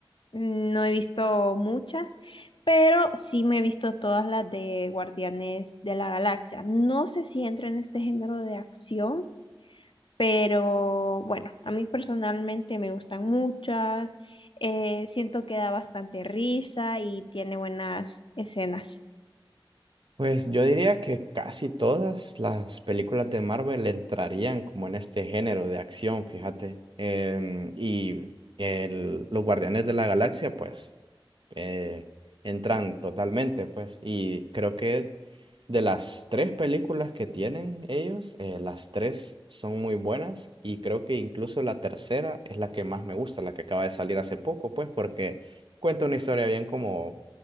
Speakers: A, on the left; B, on the right.
A: no he visto muchas, pero sí me he visto todas las de Guardianes de la Galaxia. No sé si entra en este género de acción, pero bueno, a mí personalmente me gustan muchas, eh, siento que da bastante risa y tiene buenas escenas.
B: Pues yo diría que casi todas las películas de Marvel entrarían como en este género de acción, fíjate. Em, y el- los Guardianes de la Galaxia, pues eh, entran totalmente, pues. Y creo que de las tres películas que tienen ellos, eh, las tres son muy buenas y creo que incluso la tercera es la que más me gusta, la que acaba de salir hace poco, pues, porque cuenta una historia bien como,